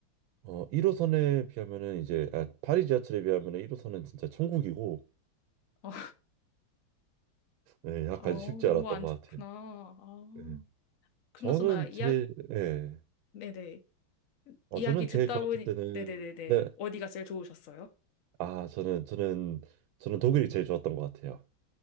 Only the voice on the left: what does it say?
어,
어,
너무
안
좋구나.
아,
그나저나,
이야,
네네.
이야기
듣다
보니,
네네네네.
어디가 제일 좋으셨어요?